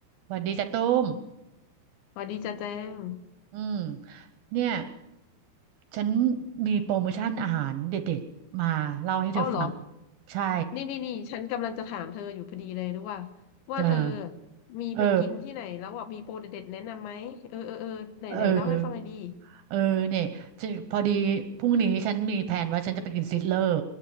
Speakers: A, on the right; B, on the left.
A: สวัสดีจ้ะตุ้ม
B: สวัสดีจ้าแจ้ง
A: อืมเนี่ยฉันมีโปรโมชั่นอาหารเด็ดๆมาเล่าให้เธอฟัง
B: อ้อเหรอ
A: ใช่
B: นี่นี่นี่ฉันกำลังจะถามเธออยู่พอดีเลยรู้ว่าว่าเธอ
A: เออ
B: มีไปกินที่ไหนแล้วอ่ะมีโปรเด็ดๆแนะนำไหมเออเออเออไหนไหนเล่าให้ฟังหน่อยดี
A: เออเออเออเนี่ยจะพอดีพรุ่งนี้ฉันมีแผนว่าฉันจะไปกินซิดเลอร์